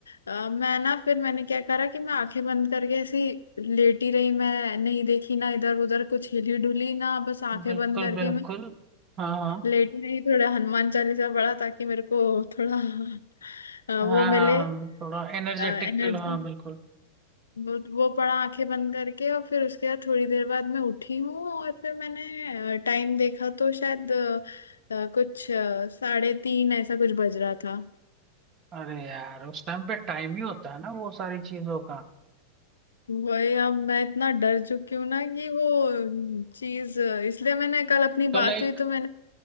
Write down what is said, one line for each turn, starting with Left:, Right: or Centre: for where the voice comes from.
Left: अ, मैं ना फिर मैंने क्या करा कि मैं आंखें बंद करके ऐसी लेटी रही मैं नहीं देखी ना इधर उधर कुछ हिली डुली ना बस आंखें
Right: बिल्कुल
Left: बंद करके
Right: बिल्कुल
Left: मैं
Right: हाँ हाँ
Left: लेटी रही थोड़ा हनुमान चालीसा पढ़ा ताकि मेरे को थोड़ा अ,
Right: हाँ हाँ
Left: वो
Right: हाँ
Left: मिले
Right: हाँ। थोड़ा एनर्जेटिक
Left: एनर्जी
Right: फील हाँ बिल्कुल
Left: वो वो पढ़ा आंखें बंद करके और फिर उसके बाद थोड़ी देर बाद मैं उठी हूँ और फिर मैंने टाइम देखा तो शायद अ, अ, कुछ अ, साढ़े तीन ऐसा कुछ बज रहा था
Right: अरे यार उस टाइम पे टाइम ही होता है ना वो सारी चीजों का
Left: वही अब मैं इतना डर चुकी हूँ ना कि वो चीज इसलिए मैंने कल अपनी
Right: तो
Left: बात
Right: लाइक
Left: हुई तो मैंने